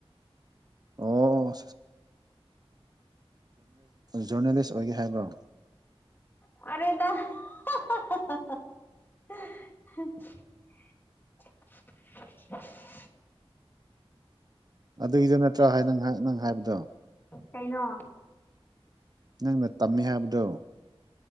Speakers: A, on the right; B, on the left.
A: ꯑꯣ ꯖꯔꯅꯦꯂꯤꯁ ꯑꯣꯏꯒꯦ ꯍꯥꯏꯕ꯭ꯔꯣ
B: ꯑꯔꯗ <unintelligible>
A: ꯑꯗꯨꯒꯤꯗꯨꯣ ꯅꯠꯇ꯭ꯔ ꯍꯥꯏ ꯅꯍꯥꯛ ꯅꯪ ꯍꯥꯏꯕꯗꯣ
B: ꯇꯩꯅꯣ
A: ꯅꯪꯅ ꯇꯝꯃꯦ ꯍꯥꯏꯕꯗꯣ